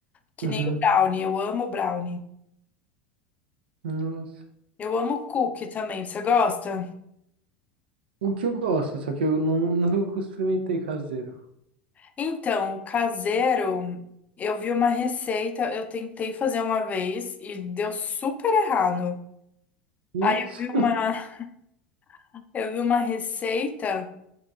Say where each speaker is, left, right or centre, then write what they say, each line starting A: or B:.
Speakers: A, on the left; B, on the right.
A: Que
B: Uhum.
A: nem o brownie. Eu amo brownie.
B: Nossa.
A: Eu amo cookie também. Você gosta?
B: O que eu gosto, só que eu não, nunca experimentei caseiro.
A: Então, o caseiro, eu vi uma receita, eu tentei fazer uma vez e deu super errado.
B: Nossa.
A: Aí eu vi uma, <laughs> eu vi uma receita.